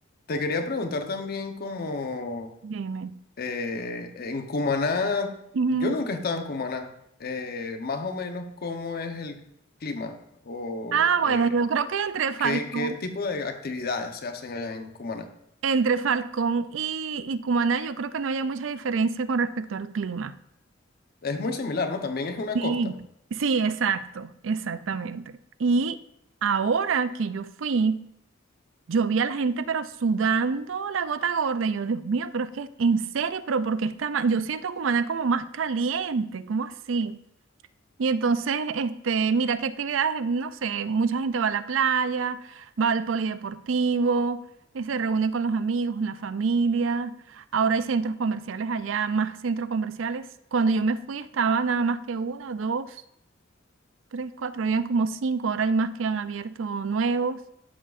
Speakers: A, on the left; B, on the right.
A: te quería preguntar también como...
B: dime.
A: Eh, en Cumaná,
B: Ujú.
A: yo nunca he estado en Cumaná. Eh, más o menos cómo es el clima o
B: Ah, bueno,
A: eh,
B: yo creo que entre Falcón,
A: qué, qué tipo de actividades se hacen allá en Cumaná.
B: entre Falcón y, y Cumaná, yo creo que no haya mucha diferencia con respecto al clima.
A: Es muy similar, ¿no? También es una
B: Sí.
A: costa.
B: Sí, exacto, exactamente. Y ahora que yo fui, Yo vi a la gente, pero sudando la gota gorda. Y yo, Dios mío, pero es que en serio, pero porque está ma- Yo siento Cumaná como más caliente, ¿cómo así? Y entonces, este, mira qué actividades, no sé, mucha gente va a la playa, va al polideportivo, eh, se reúne con los amigos, la familia. Ahora hay centros comerciales allá, más centros comerciales. Cuando yo me fui estaba nada más que uno, dos, tres, cuatro, habían como cinco, ahora hay más que han abierto nuevos.